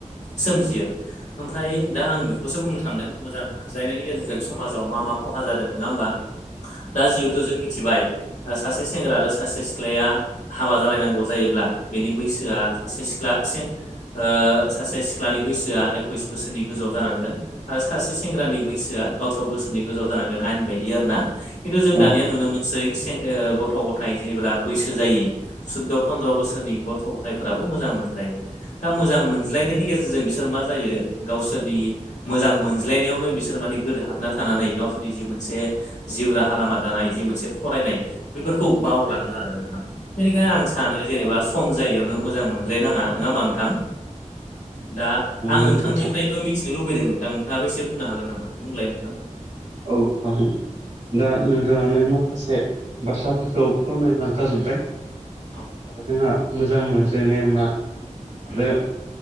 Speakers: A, on the left; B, on the right.
A: सोमजियो ओमफ्राय दा आं बेखौसो बुंनो सान्दों मोजां मोन ज्लायनायनि गेजेरजों समाजाव मा मा खहा जादों नङा होमबा दा जिहेथु जों मिथिबाय सासे सेंग्रा आरो सासे सिख्लाया हाबा जालायनांगौ जायोब्ला बेनि बैसोआ सासे सिख्ला ओ सासे सिख्लानि बैसोआ एकुइस बोसोरनि गोजौ जानांगोन। आरो सासे सेंग्रानि बैसोआ अथ्र बोसोरनि गोजाव जानांगोन आंनि बायदि आरो ना खिन्थु जों दानिया
B: नंगौ
A: नुनो मोनसै गथ-गथाय जेब्ला बैसो जायि सुद्द पन्द्र बोसोरनि गथ' गथायफोराबो मोजां मोनजायो। दा मोजां मोनज्लायनायनि गेजेरजों बिसोर मा जायो गावसोर मोजां मोनज्लायनायावनो बिसोर माने गोदो हाबना थानानै गावसोरनि जि मोनसे जिउ राहा लामा दानाय जि मोनसे फरायनाय बेफोरखौ बावलाङो आरो नोंथां। बेनिखायनो आं सानो जेनेबा सम जायैयावनो मोजां मोनज्लायनाङा नङा मानो। दा आं
B: नोंथां
A: नोंथांनिफ्रायबो मि थिनो लुबैदों नोंथां नोंथाङाबो एसे बुंनो होनना नामा बुंलाय नोंथां।
B: फादो दा नोंथाङानो माखासे बाथ्राफोरखौ फोरमायलांखाबा जोब्बाय
A: औ
B: दा जोंहा मोजां मोनज्लानाय मा
A: उम
B: आरो।